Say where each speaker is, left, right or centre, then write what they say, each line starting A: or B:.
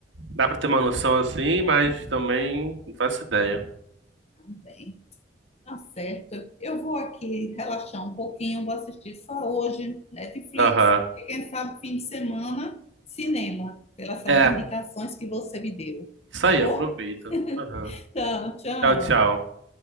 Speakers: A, on the right; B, on the left.
A: dá pra ter uma noção assim, mas também não faço ideia.
B: Bem, tá certo. Eu vou aqui relaxar um pouquinho, vou assistir só hoje Netflix,
A: Aham.
B: porque quem sabe fim de semana, cinema, pelas essas
A: É,
B: indicações que você me deu.
A: isso
B: Tá
A: aí,
B: bom?
A: aproveita. Aham.
B: Tchau, tchau.
A: Tchau, tchau.